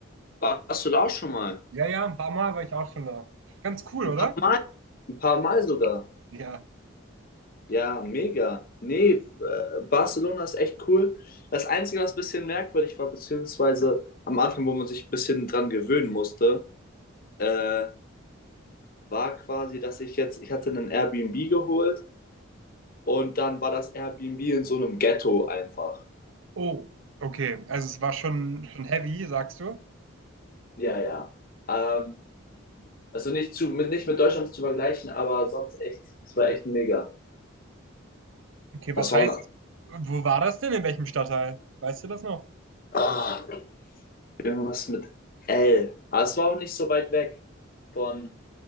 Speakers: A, on the left; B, on the right.
A: Warst du da auch schon mal?
B: Ja, ja, ein paar Mal war ich auch schon da. Ganz cool,
A: Ein
B: oder?
A: paar Mal, ein paar Mal sogar.
B: Ja.
A: Ja, mega. Nee, äh, Barcelona ist echt cool. Das Einzige, was ein bisschen merkwürdig war, beziehungsweise am Anfang, wo man sich ein bisschen dran gewöhnen musste, äh, war quasi, dass ich jetzt, ich hatte einen Airbnb geholt und dann war das Airbnb in so einem Ghetto einfach.
B: Oh, okay. Also es war schon, schon heavy, sagst du?
A: Ja, ja. Ähm, also nicht, zu, mit, nicht mit Deutschland zu vergleichen, aber sonst echt, es war echt mega.
B: Okay, was
A: Das
B: heißt,
A: war dann
B: wo war das denn? In welchem Stadtteil? Weißt du das noch?
A: ah, irgendwas mit L. Aber es war auch nicht so weit weg von,